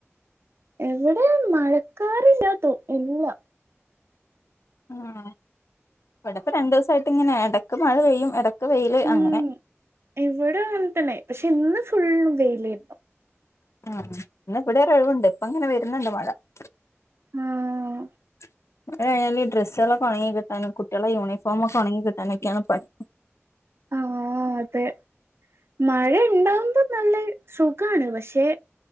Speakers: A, on the right (about 60°); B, on the left (about 75°).
A: എവിടെ മഴക്കാറില്ലാത്തോ എല്ലാം
B: ആഹ് ഇവിടെപ്പോ രണ്ടോസായിട്ട് ഇങ്ങനെ ഇടക്ക് മഴ പെയ്യും ഇട വെയില്
A: ഉം
B: അങ്ങനെ
A: ഇവിടെ അങ്ങനെ തന്നെപക്ഷെ ഇന്ന് ഫുള്ള് വെയിലാരുന്നു
B: ആഹ് ഇന്ന് ഇവിടെ ഒരു ഒഴിവുണ്ട് ഇപ്പൊ ഇങ്ങനെ വരുന്നുണ്ട് മഴ <unintelligible>
A: ആഹ്
B: ഡ്രസ്സുകളൊെക്കെ ഉണങ്ങി കിട്ടാനും കുട്ടികളെ യൂണഫോമൊക്കെ ഉണങ്ങി കിട്ടാനൊക്കെയാണ് പണി
A: ആഹ് അതെ മഴ ഉണ്ടാവുമ്പോൾ നല്ല സുഖാണ് പക്ഷെ